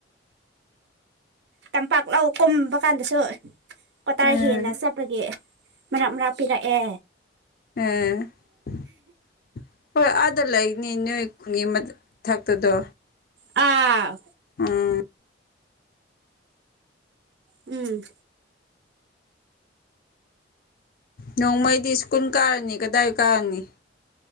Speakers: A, on the right; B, on the left.
A: ꯇꯝꯄꯥꯛ ꯂꯧ ꯀꯨꯝꯕ ꯀꯥꯟꯗꯁꯨ ꯀꯇꯥꯔ
B: ꯑꯥ
A: ꯍꯦꯟꯅ ꯆꯠꯄꯒꯤ ꯃꯔꯥꯛ ꯃꯔꯥꯛ ꯄꯤꯔꯛꯑꯦ
B: <unintelligible> ꯍꯣꯏ ꯑꯥꯗ ꯂꯩꯅꯤ ꯅꯣꯏ ꯀꯨꯟꯒꯤ ꯃꯊꯛꯇꯗꯣ
A: ꯑꯥ
B: ꯎꯝ
A: ꯎꯝ
B: ꯅꯣꯡꯃꯩꯗꯤ ꯁ꯭ꯀꯨꯜ ꯀꯥꯔꯅꯤ ꯀꯗꯥꯏ ꯀꯥꯔꯅꯤ